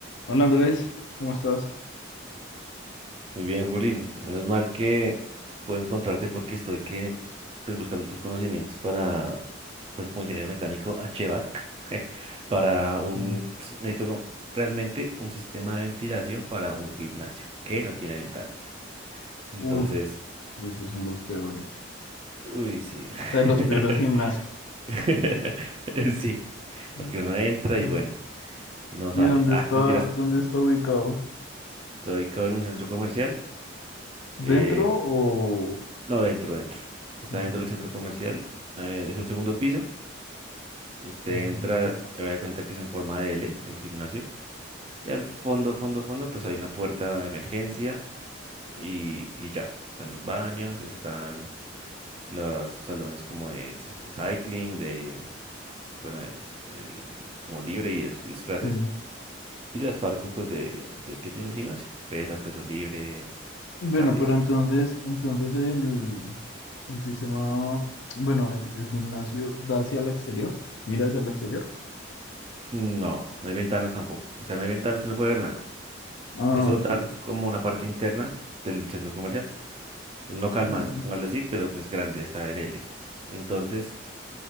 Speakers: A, on the left (about 70°); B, on the right (about 30°).
A: Hola Andrés, ¿cómo estás?
B: Muy bien, Juli. Menos mal que puedo encontrarte porque estoy que, pues, buscando tus conocimientos para, pues, como ingeniero mecánico HVAC, <laughs> para un,
A: Mm.
B: pues, necesito como- realmente un sistema de ventilación para un gimnasio que no tiene ventanas. Entonces,
A: Uf, uy, esos son los peores.
B: uy, sí.
A: O sea, los
B: <laughs>
A: peores gimnasios.
B: <laughs> Sí,
A: <laughs>
B: porque uno entra
A: Mm.
B: y bueno, no
A: ¿Y
B: sale.
A: dónde
B: Ah,
A: está,
B: mentiras,
A: dónde está ubicado?
B: estoy acá en un centro comercial. eh,
A: ¿Dentro o...?
B: no, dentro, dentro. Está
A: no?
B: dentro
A: Ok.
B: del centro comercial. eh, es un segundo piso. Usted
A: Ujú.
B: entra, se da cuenta que es en forma de L, el gimnasio. Y al fondo, fondo, fondo, pues hay una puerta de emergencia y, y ya. Están los baños, están los salones como de, s- de cycling, de, bueno, de- el- como libre y los- las clases.
A: Sí,
B: Y las partes, pues, de, de que tiene el gimnasio. Pesas, peso libre,
A: Bueno,
B: cardio,
A: pero
B: bueno.
A: entonces, entonces el, el sistema, bueno, el, el gimnasio da hacia el exterior, mira hacia el exterior.
B: No, no hay ventanas tampoco. O sea, no hay ventanas, usted no puede ver nada.
A: Ah,
B: Eso
A: ok.
B: da como una parte interna del centro comercial. un local
A: Ah, bueno.
B: más, póngalo así, pero pues grande, está en L. Entonces,